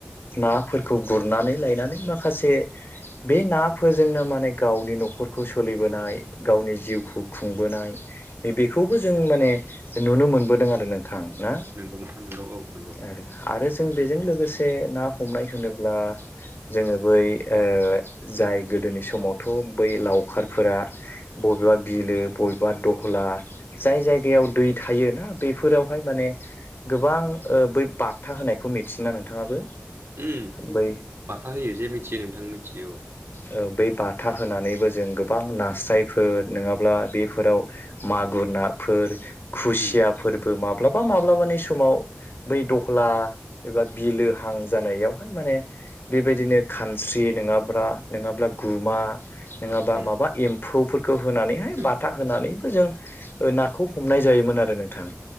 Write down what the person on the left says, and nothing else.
नाफोरखौ गुरनानै लायनानै मा खासे बे नाफोरजोंनो माने गावनि न'खरखौ सोलिबोनाय, गावनि जिउखौ खुंबोनाय बेखौबो जों माने नुनो मोनबोदों आरो नों थां ना?
आरो, आरो जों बेजों लोगोसे ना हमनाय होनोब्ला जोङो बै ओ जाय गोदोनि समावथ' बै लावखारफोरा बबेबा बिलो बबेबा दहला जाय जायगायाव दै थायोना बेफोरावहाय माने गोबां ओ बै बाथा होनायखौ मिथियोना नोंथाङाबो?
बै
औ बै बाथा होनानैबो जों गोबां नास्रायफोर नङाब्ला बेफोराव मागुर नाफोर, खुसिया
फोरबो माब्लाबा माब्लाबानि समाव बै दहला एबा बिलोहां जानायावहाय माने बेबायदिनो खानस्रि नङाब्ला नङाब्ला गुमा नङाबा
माबा एम्फौफोर खौ होनानैहाय
बाथा होनानैबो जों ओ नाखौ हमनाय जायोमोन आरो नोंथां।